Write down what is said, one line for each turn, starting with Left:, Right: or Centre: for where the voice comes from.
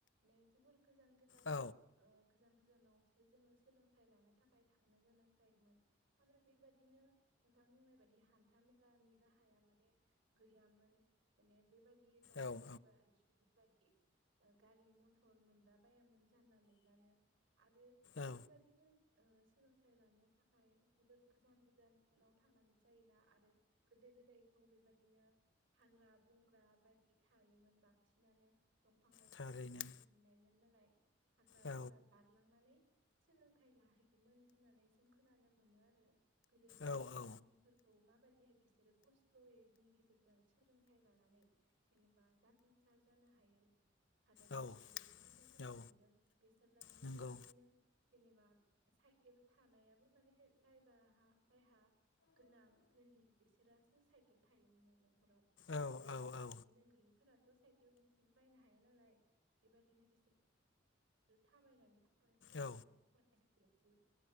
Right: ने जोबोर गोजान गोजान
Left: औ
Right: ओ गोजान गोजानावसो जोङो सोलोंथाइ लानो थाखाय थांनो गोनां जायोमोन। आरो बेबायदिनो नोंथां बुंनाय बायदि हान्था मेलानि राहाया माने गैयामोन माने बेबायदि दि दानि
Left: औ औ
Right: जुगा जुगनि बायदि गारि मथर मोनद्ला बायामोन। जानला मोनलानो आरो
Left: औ
Right: बेबादिनो ओ सोलोंथाइ लानो थाखाय जोबोर गोजान गोजानाव थांनांगौ जायोना आरो गोदो गोदायथ' बेबायदिनो हाग्रा बंग्रा बायदि थायोमोन बांसिनानो। दंफां लाइफांजों
Left: थारैनो
Right: बुंफुंजोबनायमोन नालाय हाग्रा
Left: औ
Right: बंग्रा बार लांनानै सोलोंथाइ लाहैयोमोन होननानै जों खोनानो मोनो आरो। गोदोनि
Left: औ
Right: फोरोंगिरिफोर
Left: औ
Right: ख- खौ माबादिहाय बिसोरो खस्थ'यैनि गेजेरजों सोलोंथाइ लानानै जेनेबा जाफुंसार जानो हायो। हादोंमोन
Left: औ
Right: बेफोरखौ जों खोनानो
Left: औ
Right: मोनदों बेसोरलायनो
Left: नंगौ
Right: बेबादिनो जेनेबा साइकेल थानायाबो माने जायबा हा जायहा गोनां धोनि बिसोरासो साइकेल थायोमोन न'खराव।
Left: औ
Right: ओमफाय
Left: औ औ
Right: बिदिनो गैयैफोराथ' साइकेल गंसे बायनो हाया नालाय। बेबायदिनो बिसोर थाबायनानै थांनो
Left: औ
Right: गोनां जायोमोन फरायसालियावबो‌